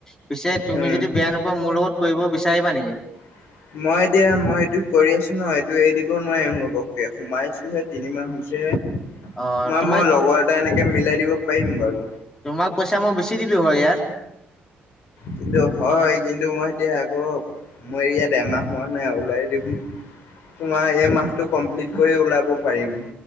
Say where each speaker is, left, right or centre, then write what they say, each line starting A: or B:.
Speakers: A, on the left; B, on the left.
A: পিছে তুমি
B: উম
A: যদি বেয়া নোপোৱা মোৰ লগত কৰিব বিচাৰিবা নেকি
B: <inaudible> মই এতিয়া মই এইটো কৰি আছো ন এইটো এৰি দিব নোৱাৰিম ঘপকে সোমাইছোহে তিনি মাহ হৈছেহে
A: অ
B: মই
A: তোমাক
B: মই লগৰ এটা এনেকে মিলাই দিব পাৰিম বাৰু
A: তোমাক পইচা মই বেছি দিলো হয় ইয়াত
B: কিন্তু হয় কিন্তু মই এতিয়া আকৌ মই ইয়াত এমাহ হোৱা নাই ওলাই দিম তোমাৰ এই মাহটো কমপ্লিট কৰি ওলাব পাৰিম